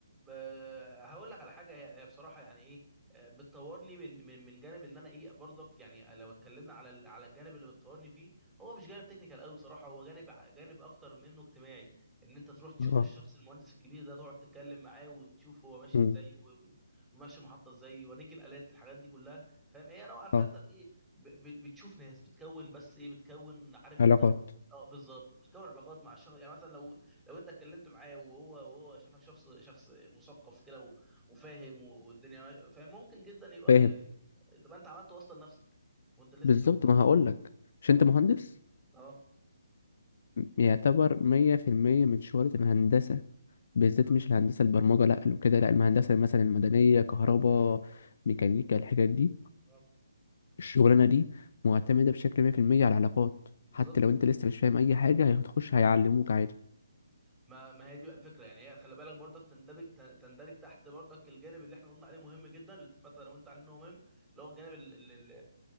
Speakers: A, in the centre; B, on the left.
A: آه، هقول لك على حاجه هي هي بصراحه يعني ايه آه، بتطورني من من من جانب ان انا ايه برضك يعني لو اتكلمنا على ال- على الجانب اللي بتطورني فيه هو مش جانب تكنيكال قوي بصراحه هو جانب ع- جانب اكتر منه اجتماعي ان انت تروح تشوف
B: اه
A: الشخص المهندس الكبير ده تقعد تتكلم معاه وتشوف هو ماشي
B: مم.
A: ازاي و- وماشي المحطه ازاي يوريك الالات الحاجات دي كلها فاهم ايه نوعا ما
B: اه
A: انت بايه ب- ب- بتشوف ناس بتكون بس ايه بتكون عارف
B: علاقات
A: انت كن... اه بالظبط بتكون علاقات مع الشخص يعني مثلا لو لو انت اتكلمت معاه وهو وهو شافك شخص شخص مثقف كده و- وفاهم و- والدنيا ماشية، فاهم ممكن جدا يبقى
B: فاهم
A: ي- تبقى انت عملت واسطه لنفسك وانت لسه
B: بالظبط
A: شو انت
B: ما هقولك مش أنت مهندس؟
A: اه
B: يعتبر مية في المية من شغلة الهندسة بالذات
A: اه
B: مش الهندسة البرمجة لأ لو كده لأ الهندسة مثلا المدنية كهرباء ميكانيكا الحاجات دي
A: اه
B: الشغلانة دي معتمدة بشكل مية في المية على العلاقات
A: بالظبط
B: حتى لو أنت لسه مش فاهم أي حاجة هتخش هيعلموك عادي
A: ما ما هي دي بقى الفكره يعني هي خلي بالك برضك تندرج تن- تندرج تحت برضك الجانب اللي احنا قلنا عليه مهم جدا اللي اتفقت انا وانت عليه انه مهم اللي هو الجانب ال- ال- ال-